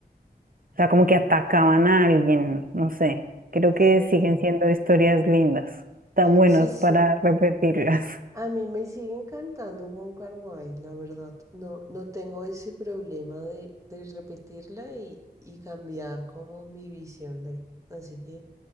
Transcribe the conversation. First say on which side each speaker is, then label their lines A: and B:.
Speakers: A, on the right; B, on the right.
A: o sea, como que atacaban a alguien, no sé, creo
B: es
A: que
B: verdad.
A: siguen siendo historias lindas, tan buenas
B: Sí, sí.
A: para repetirlas.
B: A mí me sigue encantando Wong Kar-wai, la verdad. No, no tengo ese problema de, de repetirla y, y cambiar como mi visión de. Así que